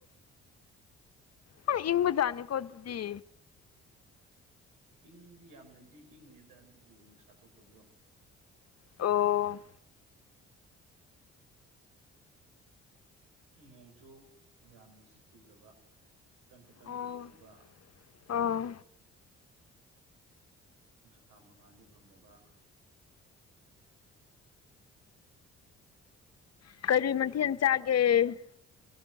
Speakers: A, on the left (about 45°); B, on the right (about 75°).
A: ꯍ ꯏꯪꯕꯖꯥꯅꯤꯀꯣ ꯑꯗꯨꯗꯤ
B: ꯏꯪꯗꯤ ꯌꯥꯝꯅꯗꯤ ꯏꯪꯅꯦꯗ ꯑꯗꯨꯕꯨ ꯅꯨꯡꯁꯥ ꯊꯣꯛꯇꯕꯗꯣ
A: ꯑꯣ
B: ꯅꯣꯡꯁꯨꯨ ꯌꯥꯝꯅꯁꯨ ꯆꯨꯗꯕ ꯈꯤꯇꯪ ꯈꯤꯇꯪ
A: ꯑꯣ
B: ꯑꯃꯨꯛꯀ ꯆꯨꯕ
A: ꯑꯣ
B: ꯅꯨꯡꯁꯥ ꯃꯉꯥꯜꯗꯤ ꯐꯪꯅꯕ
A: ꯀꯔꯤ
B: ꯌꯥꯝꯅ
A: ꯃꯊꯦꯜ
B: ꯊꯦꯡꯅ ꯇꯨꯝꯕ
A: ꯆꯥꯒꯦ
B: ꯃꯥꯜꯂꯦ ꯅ ꯉꯔꯥꯡ